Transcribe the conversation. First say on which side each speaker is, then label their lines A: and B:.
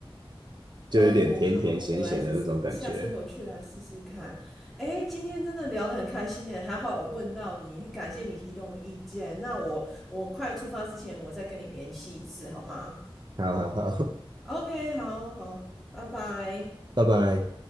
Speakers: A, on the right; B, in the centre.
A: 就有点甜甜咸咸的那种感觉。
B: 哦，好，我来试试，下次回去来试试看。哎，今天真的聊得很开心诶，还好我问到你，很感谢你提供意见。那我我快出发之前，我再跟你联系一次，好吗
A: 好好好，
B: ？OK，好好，拜拜。
A: <laughs> 拜拜。